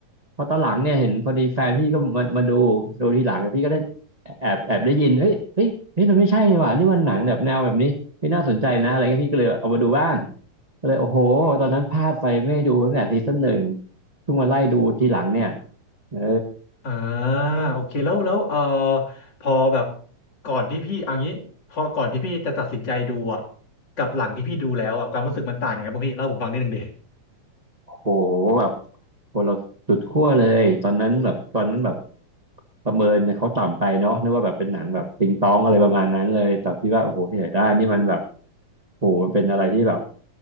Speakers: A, on the right; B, on the left.
A: พอตอนหลังเนี่ยเห็นพอดีแฟนพี่ก็มามาดูดูทีหลังแต่พี่ก็ได้แอบแอบได้ยินเฮ้ยเฮ้ยเฮ้ยมันไม่ใช่นี่หว่านี่มันหนังแบบแนวแบบนี้ไม่น่าสนใจนะอะไรเงี้ยพี่ก็เลยเอามาดูบ้างก็เลยโอ้โหตอนนั้นพลาดไปไม่ได้ดูตั้งแต่ซีซั่นหนึ่งเพิ่งมาไล่ดูทีหลังเนี่ยเออ
B: อ่าโอเคแล้วแล้วเออพอแบบก่อนที่พี่เอางี้พอก่อนที่พี่จะตัดสินใจดูอ่ะกับหลังที่พี่ดูแล้วอ่ะความรู้สึกมันต่างยังไงบ้างพี่เล่าผมฟังนิดนึงดิ
A: โหแบบโหเราสุดขั้วเลยตอนนั้นแบบตอนนั้นแบบประเมินเขาต่ำไปเนาะนึกว่าแบบเป็นหนังแบบติงตองอะไรประมาณนั้นเลยแต่คิดว่าโอ้โหที่ไหนได้นี่มันแบบโหมันเป็นอะไรที่แบบ